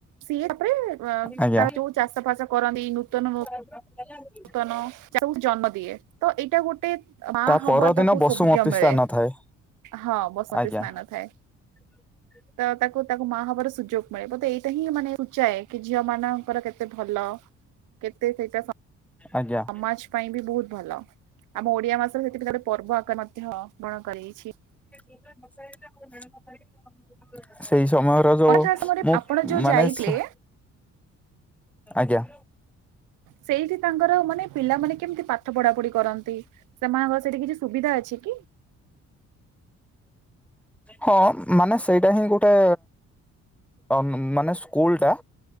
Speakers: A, on the right (about 85°); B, in the centre.
A: ସିଏ ତାପରେ ୱ
B: ଆଜ୍ଞା।
A: ତା ଯୋଉ ଚାଷ ଫାସ କରନ୍ତି ନୂତନ ହଉ
B: <unintelligible>
A: ତନ <unintelligible> ଜନ୍ମ ଦିଏ ତ ଏଇଟା ଗୋଟେ ମା
B: ତା
A: ହବା
B: ପରଦିନ
A: ତାକୁ
B: ବସୁମତୀ
A: <unintelligible> ମିଳେ
B: ସ୍ଥାନ ଥାଏ
A: ହଁ ବସତୀ
B: ଆଜ୍ଞା
A: ସ୍ନାନ ଥାଏ।
B: <inaudible>
A: ତ ତାକୁ ତାକୁ ମା ହବାର ସୁଯୋଗ ମିଳେ ମୋତେ ଏଇଟା ହିଁ ମାନେ ଉଚାଏ କି ଝିଅ ମାନଙ୍କର କେତେ ଭଲ କେତେ ସେଇଟା ସ
B: ଆଜ୍ଞା
A: ମାଚ୍ ପାଇଁ ବି ବହୁତ୍ ଭଲ ଆମ ଓଡ଼ିଆ ମାସ ସେଥିପାଇଁ ଗୋଟେ ପର୍ବ ଆକାର ମଧ୍ୟ ଗ୍ରହଣ କରାଯାଇଛି।
B: <unintelligible> ସେଇ ସମୟ- ର ଯୋଉ
A: ଅନାଥ ଆଶ୍ରମରେ
B: ମୁଁ
A: ଆପଣ ଯୋଉ
B: ମାନେ
A: ଯାଇଥିଲେ
B: ସ- ଆଜ୍ଞା
A: ସେଇଠି ତାଙ୍କର ମାନେ ପିଲାମାନେ କେମିତି ପାଠ ପଢା ପଢି କରନ୍ତି? ସେମାନଙ୍କ ସେଠି କିଛି ସୁବିଧା ଅଛି କି?
B: ହଁ ମାନେ ସେଇଟା ହିଁ ଗୋଟେ ଅ ମାନେ ସ୍କୁଲ୍ ଟା